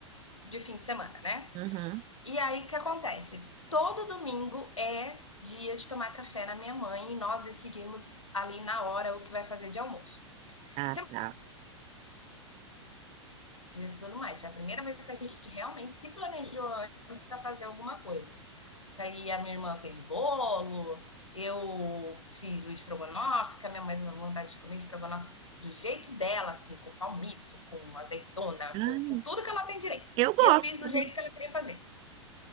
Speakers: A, on the left; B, on the right.
A: de fim de semana, né.
B: uhum.
A: E aí, o que acontece? Todo domingo é dia de tomar café na minha mãe e nós decidimos ali na hora o que vai fazer de almoço.
B: Ah,
A: Sem
B: tá.
A: e tudo mais, foi a primeira vez que a gente realmente se planejou antes pra fazer alguma coisa. que aí a minha irmã fez bolo, eu fiz o estrogonofe, que a minha mãe teve vontade de comer estrogonofe do jeito dela, assim, com palmito, com azeitona,
B: Ai,
A: com, com tudo que ela tem direito.
B: eu gosto,
A: E eu fiz
B: sabe?
A: do jeito que ela queria fazer.